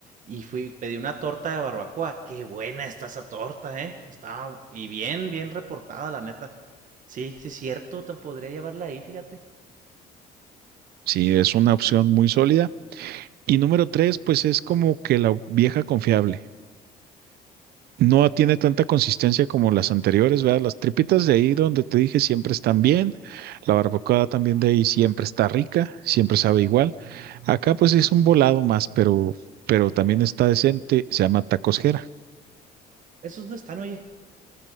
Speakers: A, on the right; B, on the right.
A: Y fui, pedí una torta de barbacoa. Qué buena está esa torta, ¿eh? Estaba y bien, bien reportada, la neta. Sí, sí, cierto, te podría llevarla ahí, fíjate.
B: Sí, es una opción muy sólida. Y número tres, pues es como que la vieja confiable. No tiene tanta consistencia como las anteriores, ¿verdad? Las tripitas de ahí donde te dije siempre están bien, la barbacoa también de ahí siempre está rica, siempre sabe igual. Acá pues es un volado más, pero, pero también está decente, se llama Tacos Jera.
A: ¿Esos dónde están, oye?